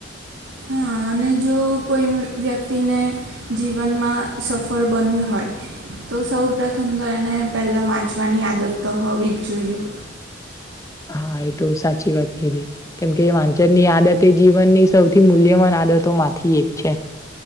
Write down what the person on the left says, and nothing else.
હા એ તો સાચી વાત કીધી કેમ કે વાંચન ની આદત એ જીવનની સૌથી મૂલ્યમાન આદતો માંથી એક છે